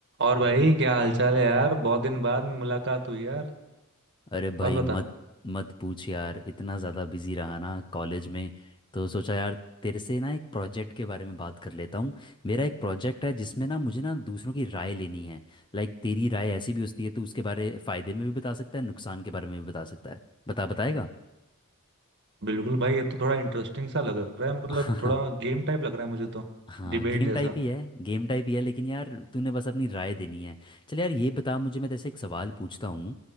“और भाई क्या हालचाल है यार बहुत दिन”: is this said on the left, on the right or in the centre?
Right